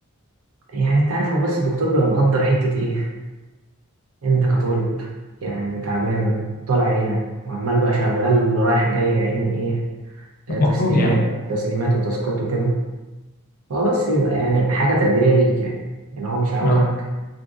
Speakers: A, on the right (about 85°); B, on the left (about 40°).
A: يعني انت عارف هو بس الدكتور بيبقى مقدر حته ايه انت كطالب يعني تعبان طالع عينك وعمال بقى شغال رايح جاي يا عيني ايه آه، تسليمات
B: المفروض يعني
A: تسليمات وتاسكات وكده هو بس يبقى يعني حاجه تقديريه ليك يعني يعني هو مش عاوزك
B: اه